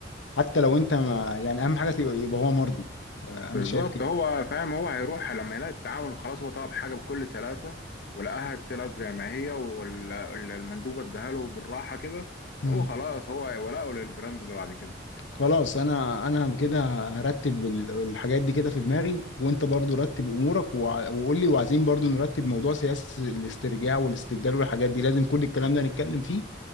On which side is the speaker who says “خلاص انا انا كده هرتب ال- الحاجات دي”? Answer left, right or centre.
Left